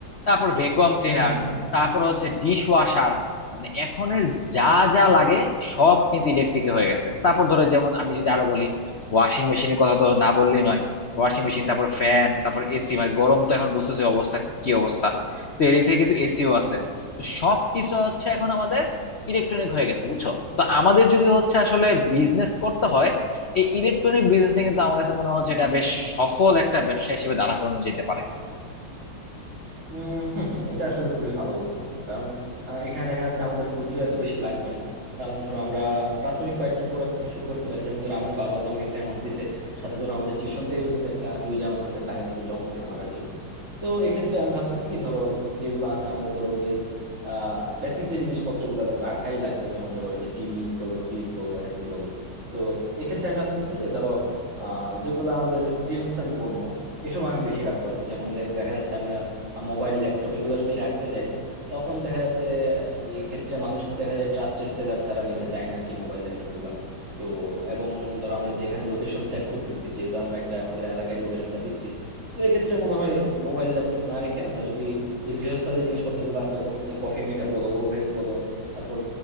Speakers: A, on the left; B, on the right.
A: তারপর ভ্যাকুয়াম ক্লিনার
B: হম হম
A: তারপর হচ্ছে ডিশ ওয়াশার মানে এখনের যা যা লাগে সব কিন্তু ইলেকট্রিকে হয়ে গেছে তারপর ধরো যেমন আমি যদি আরো বলি ওয়াশিং মেশিনের কথা তো না বললেই নয় ওয়াশিং মেশিন তারপর ফ্যান তারপর এসি মানে গরম তো এখন বুঝতেছি অবস্থা কি অবস্থা তো এদিক থেকে কিন্তু এসিও আছে তো সব কিছু হচ্ছে এখন আমাদের ইলেকট্রনিক হয়ে গেছে বুঝছো তো আমাদের যদি হচ্ছে আসলে বিজনেস করতে হয় এই ইলেকট্রনিক বিজনেসটা কিন্তু আমার কাছে মনে হচ্ছে এটা বেশ সফল একটা ব্যবসা হিসেবে দাঁড়া করানো যেতে পারে
B: উম হম হম এটা আসলে খুবই ভালো বলছো বন্ধু কারণ আহ, এখানে দেখা যাচ্ছে আমাদের পুঁজিও এত বেশি লাগবে না কারণ ধরো আমরা প্রাথমিক কয়েকটা প্রোডাক্ট নিয়ে শুরু করতে পারি যেমন ধরো আমার বাবা তোমাকে একটা অ্যামাউন্ট দিছে সাথে ধরো আমাদের টিউশন থেকেও কিন্তু একটা হিউজ অ্যামাউন্টের টাকা কিন্তু জমছে আমার আরকি তো এক্ষেত্রে আমি ভাবতেছি কি ধরো যেগুলো আছে আমাদের ধরো যে আহ বেসিক যে জিনিসপত্র গুলো রাখাই লাগবে যেমন ধরো ওই যে টিভি বলো ফ্রিজ বলো এসি বলো তো এক্ষেত্রে আমি ভাবতেছি যে ধরো আহ যেগুলো আমাদের গৃহস্থালী পণ্য এসব আমি বেশি রাখবো আর কি যেমন দে- দেখা যাচ্ছে আমরা মোবাইল ল্যাপটপ এগুলো যদি রাখতে যাই তখন দেখা যাচ্ছে মানে এই ক্ষেত্রে মানুষ দেখা যায় ট্রাস্টেড সেলার ছাড়া নিতে চায় না আর কি মোবাইল ল্যাপটপ গুলা তো এবং ধরো আমরা যে এখানে লোকেশন সেট করতেছি যেহেতু আমরা একটা আমাদের এলাকায় লোকেশনটা দিচ্ছি তো এক্ষেত্রে মনে হয় মোবাইল ল্যাপটপ না রেখে আমরা যদি যে গৃহস্থালী জিনিসপত্রগুলো আছে যেমন যে কফি মেকার বলো ওভেন বলো তারপর